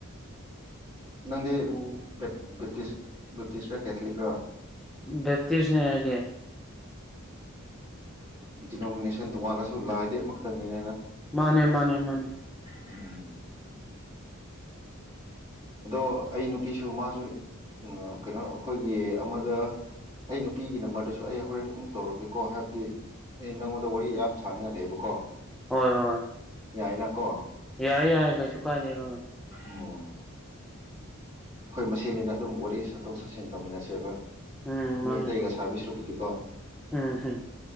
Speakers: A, on the right; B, in the centre.
A: ꯅꯪꯗꯤꯇꯤꯁ
B: ꯑꯣ
A: ꯕꯦꯞꯇꯤꯁ꯭ꯔ ꯀꯦꯊꯂꯤꯛ ꯔꯣ
B: ꯕꯦꯞꯇꯤꯁꯅꯦ ꯍꯥꯏꯒꯦ
A: ꯗꯤꯅꯣꯃꯤꯅꯦꯁꯟ ꯇꯣꯉꯥꯟꯜꯂꯁꯨ ꯂꯥꯏꯗꯤ ꯑꯃꯛꯇꯅꯤ
B: ꯃꯥꯅꯦ ꯃꯥꯅꯦ ꯃꯥꯅꯦ
A: ꯎꯝ ꯑꯗꯣ ꯑꯩ ꯅꯨꯄꯤꯁꯨ ꯃꯥꯁꯨ ꯎ ꯀꯩꯅꯣ ꯑꯩꯈꯣꯏꯒꯤ ꯑꯃꯗ ꯑꯩ ꯅꯨꯄꯤꯒꯤ ꯅꯝꯕꯔꯗꯁꯨ ꯑꯩ ꯍꯣꯔꯦꯟ ꯑꯃꯨꯛ ꯇꯧꯔꯛꯀꯦꯀꯣ ꯍꯥꯏꯕꯗꯤ ꯑꯦ ꯅꯪꯉꯣꯟꯗ ꯋꯥꯔꯤ ꯌꯥꯝ ꯁꯥꯅꯤꯡꯉꯥꯏ ꯂꯩꯕꯀꯣ
B: ꯍꯣꯏ ꯍꯣꯏ
A: ꯌꯥꯏꯅꯀꯣ
B: ꯌꯥꯏ ꯌꯥꯏ ꯀꯩꯁꯨ ꯀꯥꯏꯗꯦ ꯍꯣꯏ
A: ꯎꯝ ꯍꯣꯏ ꯃꯁꯤꯅꯤꯅ ꯑꯗꯨꯝ ꯋꯥꯔꯤ ꯆꯠꯊꯣꯛ ꯆꯠꯁꯤꯟ ꯇꯧꯃꯤꯟꯅꯁꯦꯕ
B: ꯎꯝ
A: ꯃꯤ
B: ꯃꯥꯅꯦ
A: ꯑꯇꯩꯒ ꯁꯥꯕꯤꯁꯔꯨꯕꯨꯗꯤ
B: ꯎꯝ ꯍꯝ